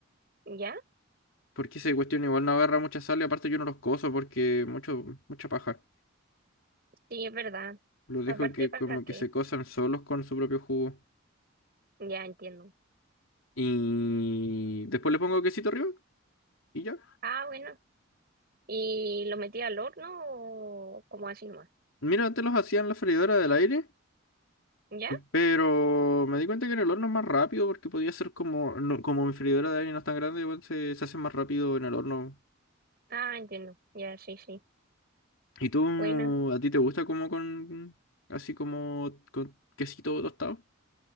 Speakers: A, on the right; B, on the left.
A: ¿Ya?
B: porque esa cuestión igual no agarra mucha sal y aparte yo no los coso porque mucho, mucha paja.
A: Sí, es verdad.
B: Los
A: Aparte,
B: dejo que
A: ¿para
B: como
A: qué?
B: que se cosan solos con su propio jugo.
A: Ya entiendo.
B: Y después le pongo quesito arriba y ya.
A: Ah, bueno. ¿Y lo metí al horno o como así nomás?
B: Mira, antes los hacía en la freidora del aire,
A: ¿Ya?
B: pero me di cuenta que en el horno es más rápido porque podía ser como, no- como mi freidora de aire no es tan grande, igual se, se hace más rápido en el horno.
A: Ah, entiendo. Ya, sí, sí.
B: ¿Y tú,
A: Bueno.
B: a ti te gusta como con, así como con quesito tostado?